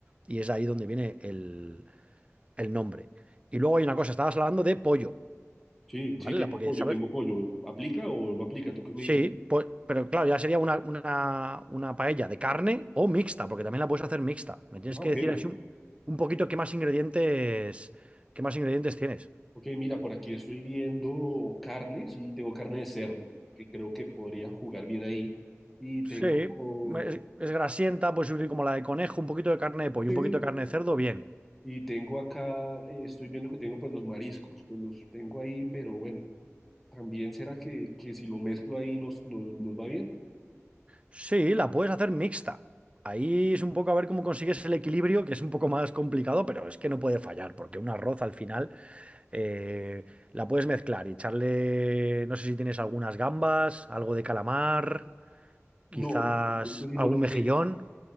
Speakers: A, on the right; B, in the centre.
A: y es ahí donde viene el, el nombre. Y luego hay una cosa, estabas hablando de pollo,
B: Sí,
A: ¿vale?
B: sí, tengo
A: La- Porque,
B: pollo,
A: ¿sabes?
B: tengo pollo. ¿Aplica o no aplica? ¿Tú qué me
A: Sí,
B: dices?
A: pues, pero claro, ya sería una, una, una paella de carne o mixta, porque también la puedes hacer mixta. Me tienes
B: Ah,
A: que
B: ok.
A: decir así un, un poquito qué más ingredientes, qué más ingredientes tienes.
B: Ok, mira, por aquí estoy viendo carne, sí, tengo carne de cerdo, que creo que podría jugar bien ahí. Y
A: Sí,
B: tengo,
A: es, es grasienta, puedes subir como la de conejo, un poquito de carne de pollo,
B: sí,
A: un poquito de carne de cerdo, bien.
B: y tengo acá, eh, estoy viendo que tengo pues los mariscos, pues los tengo ahí, pero bueno. También será que, que si lo mezclo ahí nos, nos, nos va bien.
A: Sí, la puedes hacer mixta. Ahí es un poco a ver cómo consigues el equilibrio, que es un poco más complicado, pero es que no puede fallar, porque un arroz al final eh, la puedes mezclar y echarle, no sé si tienes algunas gambas, algo de calamar.
B: No,
A: quizás
B: en el momento sí
A: algún
B: no lo
A: mejillón.
B: tengo.